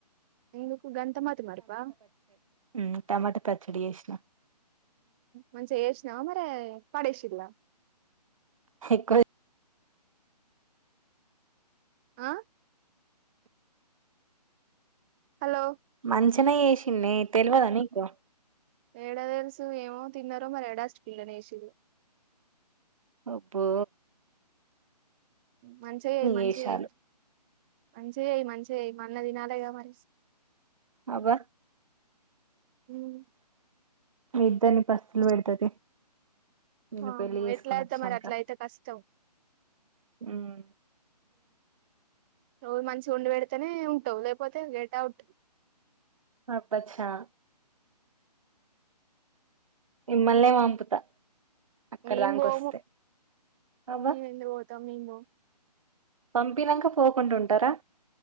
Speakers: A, on the right; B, on the right.
A: ఎందుకు గంత మతిమరపా
B: మ్ టమాటా పచ్చడి చేసిన
A: మంచిగ చేసినవ మరి పడేశిర్రా
B: <unintelligible>
A: ఆ హలో
B: మంచిగనే చేసిన్నే తెలవదా నీకు
A: ఏడ తెలుసు ఏమో తిన్నారో మరి ఏడస్ట్ పిన్లో నేసిర్రు
B: పప్పు
A: మంచిగ చెయ్ మంచిగ
B: వేషాలు
A: చెయ్ మంచిగా అయి మంచిగా అయి మల్ల తినాలేగా మరీ
B: అబ్బా
A: అమ్
B: ఇద్దని పస్తులు పెడతది నేను
A: వామ్మే
B: పెళ్లి చేసుకొని
A: ఎట్లా అయితే
B: వచ్చినాక
A: మరి అట్లాయితే కష్టం
B: ఉమ్,
A: రోజు మంచిగా వండి పెడితేనే ఉంటావు లేకపోతే గెట్ అవుట్
B: అబ్బ చ్చా మిమ్మల్ని నే పంపుతా అక్కడ
A: మేం
B: దాక
A: బోము
B: వస్తే అబ్బా
A: మేము ఎందుకు పోతాం మేం బోము
B: పంపినాక పోకుండా ఉంటారా